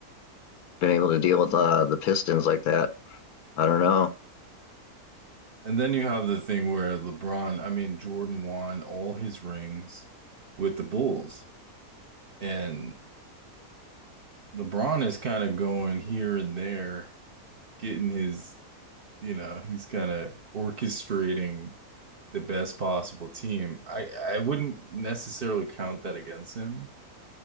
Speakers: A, on the left; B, on the right.
A: been able to deal with uh, the Pistons like that? I don't know.
B: And then you have the thing where LeBron, I mean, Jordan won all his rings with the Bulls. And LeBron is kind of going here and there, getting his, you know, he's kind of orchestrating the best possible team. I, I wouldn't necessarily count that against him.